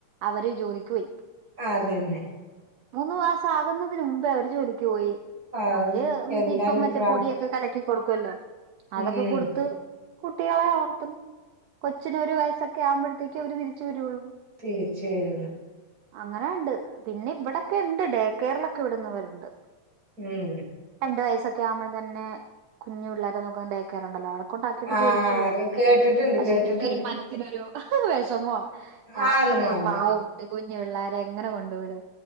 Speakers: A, on the right (about 70°); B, on the right (about 30°).
A: അവര് ജോലിക്ക് പോയി
B: ആ അതന്നെ
A: മൂന്നു മാസം ആകുന്നതിന് മുമ്പേ അവര് ജോലിക്ക് പോയി
B: ആഹ്
A: അവര് മറ്റേ
B: എന്താണ്
A: ഇപ്പ മറ്റേ
B: പ്രാ
A: പൊടിയൊക്കെ ഉണ്ടാക്കി കൊടുക്കുമല്ലോ അതൊക്കെ
B: ഉം
A: കൊടുത്ത് കുട്ടികളെ വളർത്തും കൊച്ചിന് ഒരു വയസ്സൊക്കെ ആവുമ്പോഴത്തേക്ക് അവര് തിരിച്ചു വരുള്ളൂ
B: തീർച്ചയായും
A: അങ്ങനെ ഉണ്ട് പിന്നെ ഇവിടെക്കെ ഇണ്ട് ഡേ കേയറിലൊക്കെ വിടുന്നവരുണ്ട്
B: ഉം
A: രണ്ട് വയസക്കെ ആകുമ്പ തന്നെ കുഞ്ഞു പിള്ളേരെ നോക്കുന്ന ഡേക്കാറുണ്ടല്ലോ അവടെ കൊണ്ടാക്കിട്ട്
B: ആഹ്
A: ജോലിക്ക പോകും
B: കേട്ടിട്ടുണ്ട്
A: അത്
B: കേട്ടിട്ടുണ്ട്
A: എനിക്കൊരു മനസ്സിനൊരു വിഷമവ ഞാൻ
B: അതൊന്നും
A: പറയും പറയും
B: വേണ്ട
A: പാവം കൂട്ടി കുഞ്ഞു പിള്ളോര എങ്ങനെ കൊണ്ടു വിടും